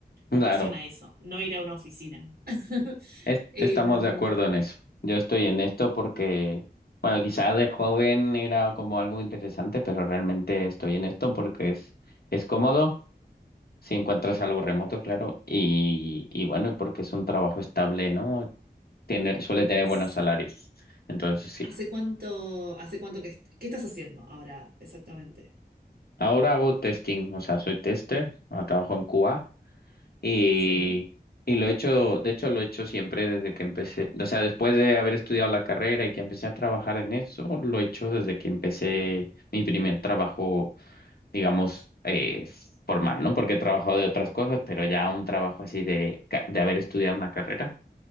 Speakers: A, on the left; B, on the right.
A: claro,
B: Me apasiona eso, no ir a una oficina. <laughs>
A: es- estamos
B: Em,
A: de acuerdo en eso. Yo estoy en esto porque, bueno, quizá de joven era como algo interesante, pero realmente estoy en esto porque es, es cómodo. Si encuentras algo remoto, claro, y, y bueno, porque es un trabajo estable, ¿no? tiene, suele tener
B: sí.
A: buenos salarios. Entonces, sí.
B: ¿Hace cuánto, hace cuánto que est- qué estás haciendo ahora exactamente?
A: Ahora hago testing, o sea, soy tester, ah, trabajo en Cuba y,
B: Sí.
A: y lo he hecho, de hecho, lo he hecho siempre desde que empecé, o sea, después de haber estudiado la carrera y que empecé a trabajar en eso, lo he hecho desde que empecé mi primer trabajo, digamos, eh, formal, ¿no? Porque he trabajado de otras cosas, pero ya un trabajo así de, ca- de haber estudiado una carrera.